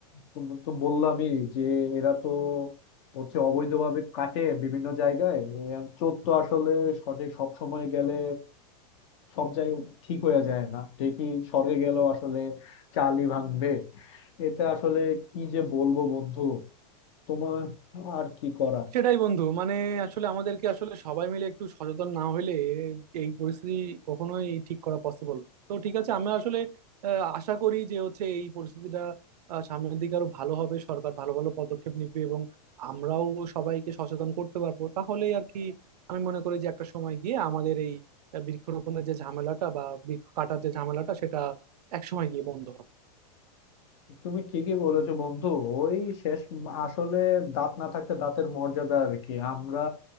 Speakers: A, on the left (about 45°); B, on the right (about 75°).
A: তো তো বললামই যে এরা তো হচ্ছে অবৈধভাবে কাটে বিভিন্ন জায়গায় এর চোর তো আসলে সঠিক সব সময় গেলে সব জায়গায় ঠিক হয়ে যায় না ঠিকই স্বর্গে গেলেও আসলে চালই ভাঙবে এতে আসলে কি যে বলবো বন্ধু তোমার আর কি করা
B: সেটাই বন্ধু মানে আসলে আমাদেরকে আসলে সবাই মিলে একটু সচেতন না হইলে এই পরিস্থিতি কখনোই ঠিক করা পসিবল না তো ঠিক আছে আমরা আসলে আহ, আশা করি যে হচ্ছে এই পরিস্থিতিটা আহ, সামনের দিকে আরো ভালো হবে সরকার ভালো ভালো পদক্ষেপ নেবে এবং আমরাও সবাইকে সচেতন করতে পারবো তাহলেই আর কি আমি মনে করি যে একটা সময় গিয়ে আমাদের এই আহ, বৃক্ষরোপণের যে ঝামেলাটা বা বৃক্ষ কাটার যে ঝামেলাটা সেটা এক সময় গিয়ে বন্ধ হবে
A: তুমি ঠিকই বলেছো বন্ধু ওই শেষ আসলে দাঁত না থাকতে দাঁতের মর্যাদা আর কি আমরা